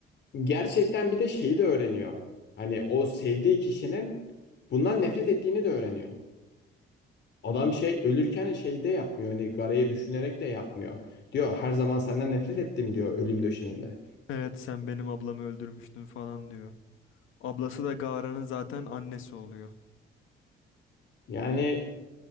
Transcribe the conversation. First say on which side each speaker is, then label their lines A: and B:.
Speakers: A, on the left; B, on the left.
A: gerçekten bir de şeyi de öğreniyor. Hani o sevdiği kişinin bundan nefret ettiğini de öğreniyor. Adam şey ölürken şeyde yapmıyor hani garaya düşünerek de yapmıyor. Diyor her zaman senden nefret ettim diyor ölüm döşeğinde.
B: Evet sen benim ablamı öldürmüştün falan diyor. Ablası da Gaara'nın zaten annesi oluyor.
A: Yani